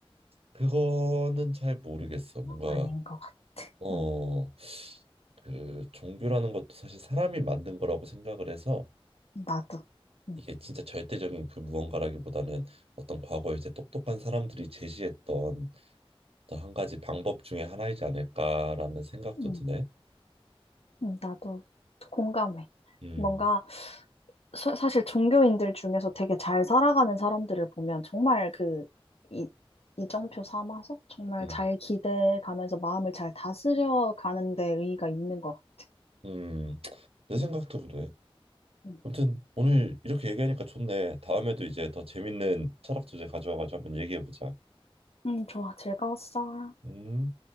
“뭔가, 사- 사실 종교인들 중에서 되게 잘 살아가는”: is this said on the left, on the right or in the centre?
Left